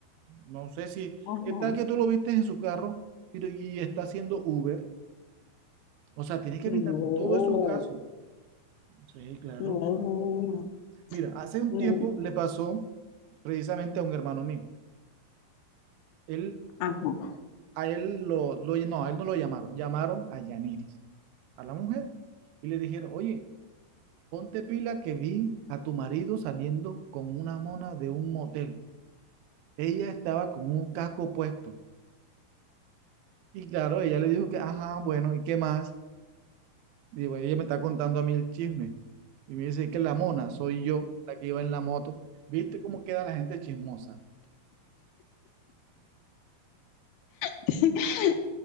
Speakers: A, on the right (about 80°); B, on the left (about 80°).
A: No sé si,
B: Ajá.
A: ¿qué tal que tú lo viste en su carro pero, y está haciendo Uber? O sea, tienes que
B: No,
A: pintar todos esos casos. Sí, claro.
B: no, no,
A: Mira, hace un
B: no.
A: tiempo le pasó precisamente a un hermano mío. Él,
B: Ajá.
A: a él lo, lo, no, a él no lo llamaron, llamaron a Yaniris. a la mujer y le dijeron, oye, ponte pila que vi a tu marido saliendo con una mona de un motel. Ella estaba con un casco puesto. Y claro, ella le dijo que, ajá, bueno, ¿y qué más? Y bueno, ella me está contando a mí el chisme. Y me dice que la mona soy yo, la que iba en la moto. ¿Viste cómo queda la gente chismosa?
B: <laughs>